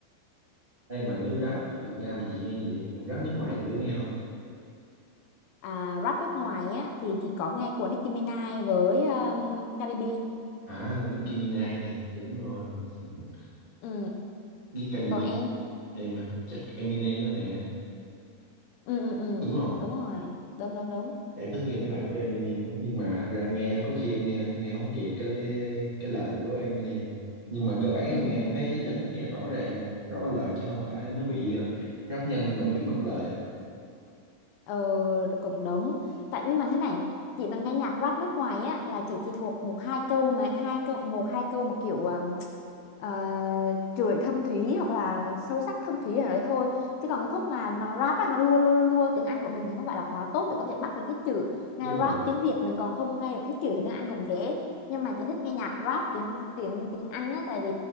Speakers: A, on the right; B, on the left.
A: đây mà nếu rap ở Việt Nam thì chị nghe vậy còn rap nước ngoài chị có nghe không
B: à, rap nước ngoài á thì chỉ có nghe của Nicki Minaj với um, Cardi B
A: à Nicki Minaj đúng rồi <laughs>
B: ừ.
A: với Cardi
B: còn
A: B
B: em
A: em à, chắc Eminem nữa nè
B: ừ ừ ừ
A: đúng không
B: đúng rồi đúng đúng đúng
A: em thích nghe mấy bài của Eminem á, nhưng mà thật ra nghe có khi em nghe em nghe không kịp cái lê- cái lời của Eminem nhưng mà cơ bản em
B: ừ
A: nghe
B: ừ
A: em thấy vẫn nghe rõ ràng à, rõ lời chứ không phải nó bị à, rap nhanh nhưng mà nó bị mất lời á
B: ờ rồi cũng đúng tại nhưng mà thế này chị mà nghe nhạc rap nước ngoài á là chị chỉ thuộc một hai câu mà hai câu một hai câu mà kiểu ờ, uh, chửi thâm thúy hoặc là sâu sắc thâm thúy ở đấy thôi chứ còn cái khúc mà nó rap á nó lua lua lua tiếng Anh của mình thì không phải là quá tốt để có thể bắt được hết chữ nghe
A: đúng rồi
B: rap tiếng Việt mình còn không nghe được hết chữ thì tiếng Anh cũng thế nhưng mà chị thích nghe nhạc rap tiếng tiếng tiếng Anh á tại vì